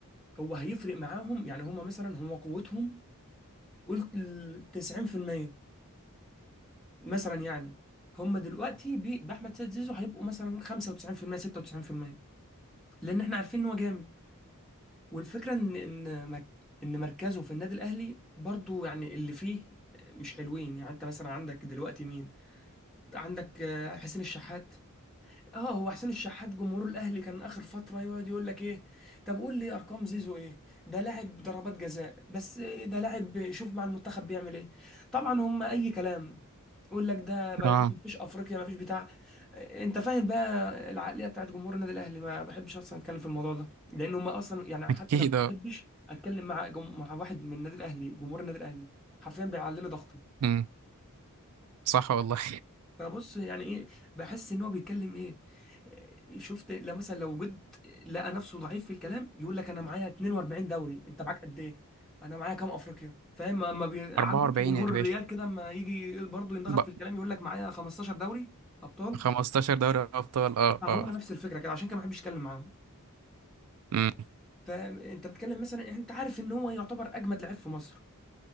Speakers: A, in the centre; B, on the right (about 75°).
A: هو هيفرق معاهم يعني هم مثلا هم قوتهم قلت ال 90% مثلا يعني هم دلوقتي ب- باحمد سيد زيزو هيبقوا مثلا 95% 96% لان احنا عارفين ان هو جامد والفكرة ان ان مك... ان مركزه في النادي الاهلي برضو يعني اللي فيه مش حلوين يعني انت مثلا عندك دلوقتي مين عندك آه، حسين الشحات اه هو حسين الشحات جمهور الاهلي كان اخر فتره يقعد يقول لك ايه طب قول لي ارقام زيزو ايه ده لاعب ضربات جزاء بس ده لاعب شوف مع المنتخب بيعمل ايه طبعا هم اي كلام يقول لك ده ما
B: اه
A: فيش افريقيا ما فيش بتاع انت فاهم بقى العقليه بتاعت جمهور النادي الاهلي ما بحبش اصلا اتكلم في الموضوع ده لان هم اصلا يعني
B: اكيد
A: حتى انا ما بحبش
B: اه
A: اتكلم مع جم... مع واحد من النادي الاهلي جمهور النادي الاهلي حرفيا بيعلي لي ضغطي
B: مم. صح والله
A: فبص يعني ايه بحس ان هو بيتكلم ايه إيه، شفت لو مثلا لو جد لقى نفسه ضعيف في الكلام يقول لك انا معايا 42 دوري انت معاك قد ايه انا معايا كام افريقيا فاهم ما
B: <laughs>
A: ما بي... عارف
B: 44
A: انت جمهور
B: يا باشا
A: الريال كده اما يجي برضه ينضغط
B: ب...
A: في الكلام يقول لك معايا 15 دوري ابطال
B: 15 دوري ابطال اه
A: فهم
B: اه
A: نفس الفكره كده عشان كده ما بحبش اتكلم معاهم
B: مم.
A: فانت بتتكلم مثلا انت عارف ان هو يعتبر اجمد لعيب في مصر